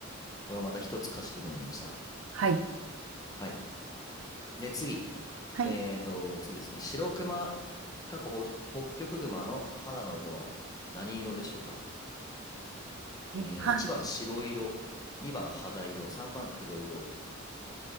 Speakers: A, on the left; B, on the right.
A: これはまた一つ賢くなりました。
B: はい。
A: はい。で、次。
B: はい。
A: えーと、次ですね。白熊、過去北極熊の肌の色は何色でしょうかと。
B: え、
A: えー、
B: は、
A: 1番白色、2番肌色、3番黒色。